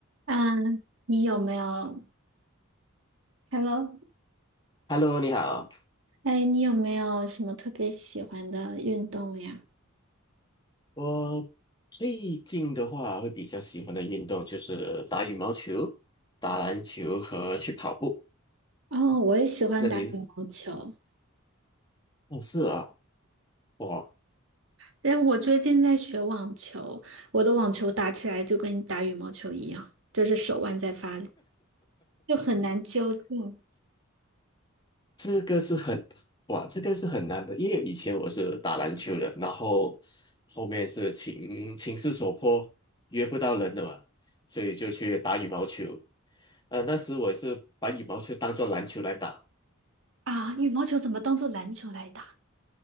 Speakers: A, on the right; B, on the left.
A: 嗯，你有没有？Hello，
B: Hello，你好。
A: 哎，你有没有什么特别喜欢的运动呀？
B: 我最近的话会比较喜欢的运动就是打羽毛球、打篮球和去跑步。
A: 哦，我也喜欢打羽毛球，
B: 那您呢？哦，是啊，哇，
A: 但我最近在学网球，我的网球打起来就跟打羽毛球一样，就是手腕在发力，就很难纠正
B: 这个是很，哇，这个是很难的，因为以前我是打篮球的，然后后面是情情势所迫，约不到人了嘛，所以就去打羽毛球。呃，那时我是把羽毛球当做篮球来打。
A: 啊。羽毛球怎么当做篮球来打